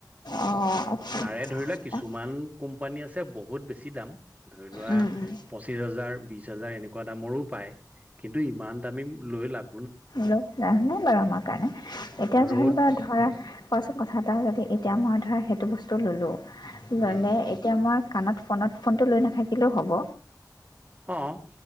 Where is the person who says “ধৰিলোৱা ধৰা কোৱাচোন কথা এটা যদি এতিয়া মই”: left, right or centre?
Left